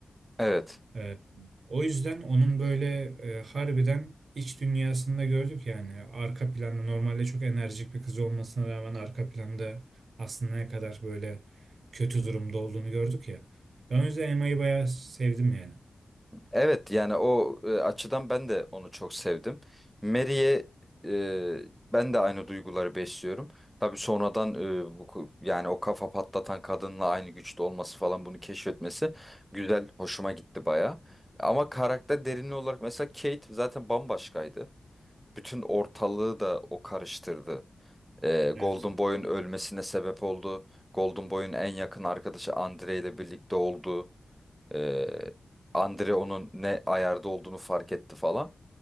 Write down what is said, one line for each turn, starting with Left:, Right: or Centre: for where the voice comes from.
Centre: Evet.
Right: Ee, o yüzden onun böyle e, harbiden iç dünyasında gördük yani arka planda normalde çok enerjik bir kız olmasına rağmen arka planda aslında ne kadar böyle kötü durumda olduğunu gördük ya. Ben o yüzden Emma'yı bayağı sevdim yani.
Centre: Evet yani o e, açıdan ben de onu çok sevdim. Mary'e e, ben de aynı duyguları besliyorum. Tabii sonradan e, bu ku- yani o kafa patlatan kadınla aynı güçte olması falan bunu keşfetmesi güzel, hoşuma gitti baya. Ama karakter derinliği olarak mesela Kate zaten bambaşkaydı. Bütün ortalığı da o karıştırdı. E, Golden
Right: Evet.
Centre: Boy'un ölmesine sebep oldu. Golden Boy'un en yakın arkadaşı Andre ile birlikte oldu. Ee, Andre onun ne ayarda olduğunu fark etti falan.